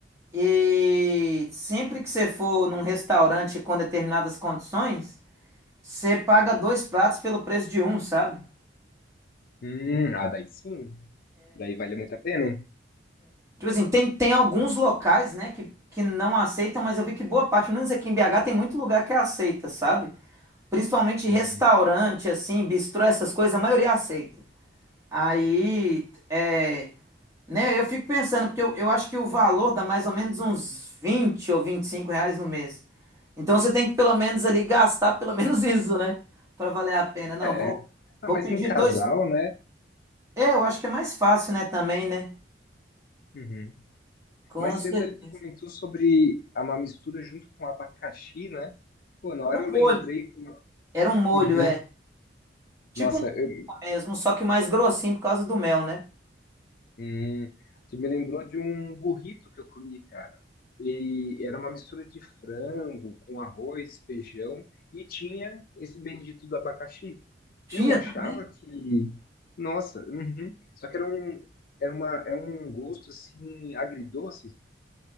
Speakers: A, on the right; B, on the left.
A: e sempre que você for num restaurante com determinadas condições, você paga dois pratos pelo preço de um, sabe?
B: Hum, ah, daí sim. Daí vale muito a pena, hein?
A: Tipo assim, tem, tem alguns locais, né, que, que não aceitam, mas eu vi que boa parte, pelo menos aqui em BH, tem muito lugar que aceita, sabe? Principalmente restaurante,
B: Uhum.
A: assim, bistrô, essas coisas, a maioria aceita. Aí, é, Né, eu fico pensando, porque eu, eu acho que o valor dá mais ou menos uns 20 ou 25 reais no mês. Então você tem que pelo menos ali gastar pelo <laughs> menos isso, né? Pra valer a pena. Não,
B: É.
A: vou,
B: Ah,
A: vou
B: mas
A: pedir
B: em casal,
A: dois.
B: né?
A: É, eu acho que é mais fácil, né? Também, né?
B: Uhum.
A: Com
B: Mais cedo
A: certeza.
B: ali tu comentou sobre a- uma mistura junto com abacaxi, né? Pô, na hora
A: Era um
B: eu lembrei.
A: molho. Era um molho,
B: Uhum.
A: é. Tipo
B: Nossa,
A: um
B: eu,
A: mesmo, só que mais grossinho por causa do mel, né?
B: Hum, tu me lembrou de um burrito que eu comi, cara. E era uma mistura de frango com arroz, feijão e tinha esse bendito do abacaxi.
A: Tinha
B: Eu achava
A: também?
B: que, nossa, uhum. Só que era um, era uma, é um gosto assim agridoce